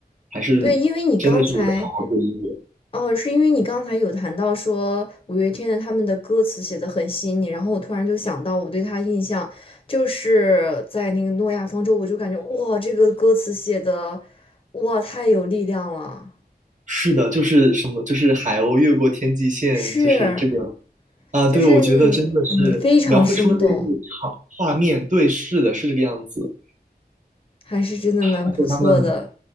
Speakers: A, on the right; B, on the left.
A: 还是真的是有在好好做音乐。
B: 对，因为你刚才，哦，是因为你刚才有谈到说五月天的他们的歌词写的很吸引你，然后我突然就想到我对他印象就是在那个《诺亚方舟》，我就感觉哇，这个歌词写的哇太有力量了，
A: 是的，就是什么，就是海鸥越过天际线，
B: 是，
A: 就是这个啊，
B: 就是嗯，
A: 对，我觉得真的是描绘出了那幅场画面，
B: 非常生动，
A: 对，是的，是这个样子，
B: 还是真的蛮不错的，
A: 而且他们。